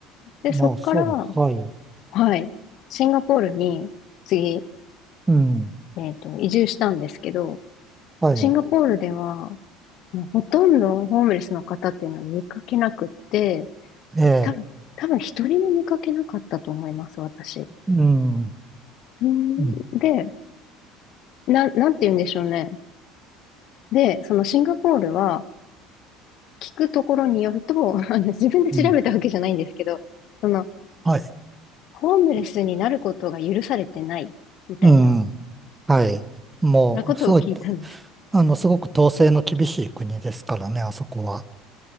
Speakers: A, on the left; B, on the right.
A: で、
B: まあ、
A: そっから、
B: そう、はい。
A: はい、シンガポールに次、
B: うん、
A: えっと、移住したんですけど、
B: はい。
A: シンガポールでは、もうほとんどホームレスの方っていうのは見かけなくって、
B: ええ、
A: 多分、多分一人も見かけなかったと思います、私。
B: うん、う
A: うんで、
B: ん、
A: な、なんて言うんでしょうね。で、そのシンガポールは聞くところによると、<laughs> あの、自分で調べたわけじゃないんですけど、
B: うん
A: その、
B: はい。
A: ホームレスになることが許されてないみたいな、
B: うん、はい。もう、
A: なことを聞いたんです。
B: すごい、あの、すごく統制の厳しい国ですからね、あそこは。